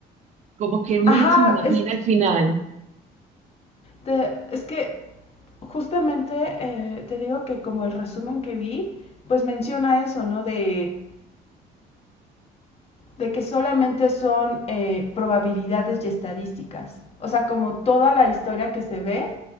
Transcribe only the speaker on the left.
ajá,
es,
te- es que justamente eh, te digo que como el resumen que vi, pues menciona eso, ¿no? De de que solamente son eh, probabilidades y estadísticas. O sea, como toda la historia que se ve